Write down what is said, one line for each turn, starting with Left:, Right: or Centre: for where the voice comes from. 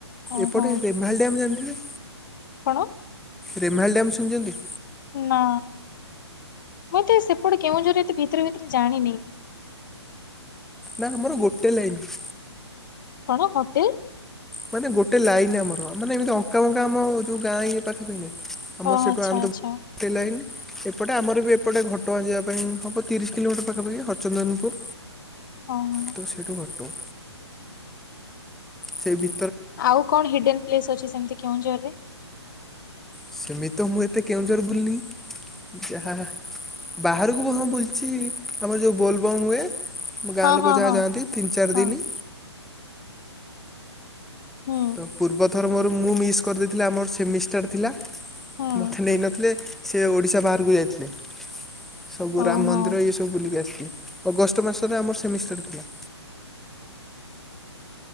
Left: ଓହୋ
Centre: ଏପଟେ େମ୍ଭାଳି ଡି ଆମ ଜାଣିଥିବେ।
Left: କଣ?
Centre: ରେମାଳି ଡ୍ୟମ ଶୁଣିଛନ୍ତି?
Left: ନା ମୁଁ ତ ସେପଟେ କେଉଁଝର ଏତେ ଭିତରେ ଭିତରେ ଜାଣିନି।
Centre: ନା ଆମର ଗୋଟେ ଲାଇନ।
Left: କଣ ହଟଲ?
Centre: ମାନେ ଗୋଟେ ଲାଇନ ଆମର ମାନେ ଏମିତି ଅଙ୍କା ଫଙ୍କା ଆମ ଯୋଉ ଗାଁ ଇଏ ପାଖାପଖ ନାାଇଁ। ଆମର
Left: ଓ
Centre: ସେଇଠୁ
Left: ଆଚ୍ଛା
Centre: ଆନ୍ଦ
Left: ଆଚ୍ଛା
Centre: ଲାଇନ। ଏପଟେ ଆମର ବି ଏପଟେ ଘଟଗାଁ ଯିବା ପାଇଁ ହବ ତିରିଶ କିଲୋମିଟର ପାଖାପାଖି ହରଚନ୍ଦନପୁର।
Left: ହଁ ହଁ
Centre: ତ ସେଇଠୁ ଘଟଟୁ ସେ ବି।
Left: ଆଉ କଣ ହିଡେନ ପ୍ଲେସ ଅଛି ସେମିତି କେଉଁଝର ରେ।
Centre: ସେମିତି ମୁଁ ଏତେ କେଉଁଝର ବୁଲନି ଯାହା। ବାହାରକୁ ବି ହଁ ବୁଲୁଛି ଆମର ଯୋଉ ବୋଲବମ୍ ହୁଏ। ଆମ ଗାଁ
Left: ହଁ
Centre: ଲୋକ
Left: ହଁ
Centre: ଯାହା
Left: ହଁ
Centre: ଯାଆନ୍ତି ତିନି ଚାରି
Left: ହଁ
Centre: ଦିନ।
Left: ହୁଁ।
Centre: ତ ପୂର୍ବଥର ମୋର ମୁଁ ମିସ୍ କରିଦେଇଥିଲ ଆମର ସେମିଷ୍ଟାର ଥିଲା
Left: ହୁଁ
Centre: ମୋତେ ନେଇନଥିଲେ। ସେ ଓଡ଼ିଶା ବାହାରକୁ ଯାଇଥିଲେ ସବୁ
Left: ଓହୋ।
Centre: ରାମ ମନ୍ଦିର। ମୁଁ ବୁଲିକି ଆସିଥିଲି ଅଗଷ୍ଟ ମାସରେ ଆମର ସେମିଷ୍ଟାର ଥିଲା‌